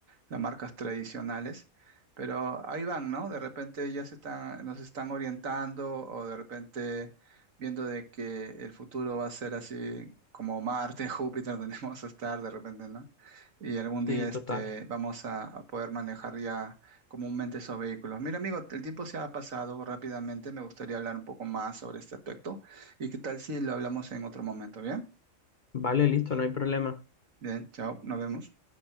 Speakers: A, on the right; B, on the left.
A: las marcas tradicionales, pero ahí van, ¿no? De repente ya se están, nos están orientando o de repente viendo de que el futuro va a ser así como Marte, <laughs> Júpiter, donde vamos a estar de repente, ¿no? Y algún día
B: Sí, total.
A: este, vamos a, a poder manejar ya comúnmente esos vehículos. Mira, amigo, el tiempo se ha pasado rápidamente, me gustaría hablar un poco más sobre este aspecto y qué tal si lo hablamos en otro momento, ¿bien?
B: Vale, listo, no hay problema.
A: Bien, chao, nos vemos.